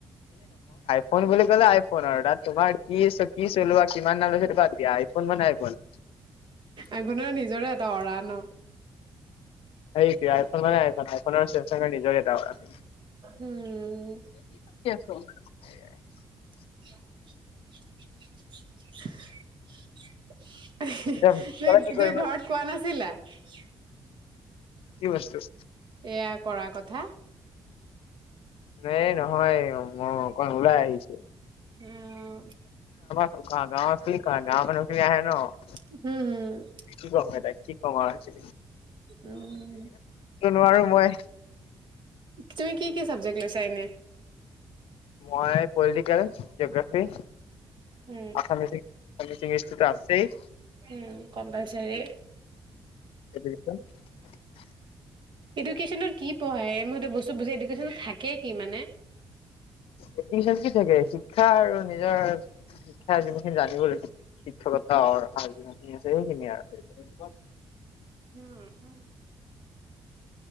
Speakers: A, on the left; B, on the right.
A: ফোন বুলি ক'লে আইফোন আৰু তোমাৰ কি, কি চলোৱা কিমান দাম লৈছে সেইটো ব দিয়া আইফোন মানে আইফোন।
B: আইফোনৰ নিজৰে এটা অৰা ন-
A: সেইটো আইফোন মানে আইফোন আইফোনৰ ছেমচাংৰ নিজৰ এটা অৰা
B: উ'ম।
A: <unintelligible>
B: <unintelligible> তুমি তুমি ঘৰত কোৱা
A: এতিয়া কি
B: নাছিলা।
A: কৰিবা
B: <unintelligible>
A: কি? বস্তু-
B: এয়া কৰা কথা-
A: এ নহয় মই অকণ ওলাই আহিছো।
B: উ'ম।
A: <unintelligible>
B: হ'ম।
A: কি ক'ম এতিয়া কি কম হৈছে।
B: উ'ম।
A: নোৱাৰো মই।
B: তুমি কি কি চাবজেক্ট লৈছা এনে।
A: মই political, geography-
B: um
A: Assamese- Assamese ইংলিছটো ত আছেই।
B: উ'ম কম্পলচৰি।
A: কে কছ <unintelligible>
B: এডুকেশ্যনৰ। কি পঢ়াই মইেতো বস্তু বুজি দি। থাকে কি মানে?
A: এডমিন কি থাকে শিক্ষা আৰু নিজৰ শিক্ষা যিমানখিনি জানিব লাগিব শিক্ষকতা অ হ যিনি আছে সেইখিনিয়ে আৰু আছে।
B: উম',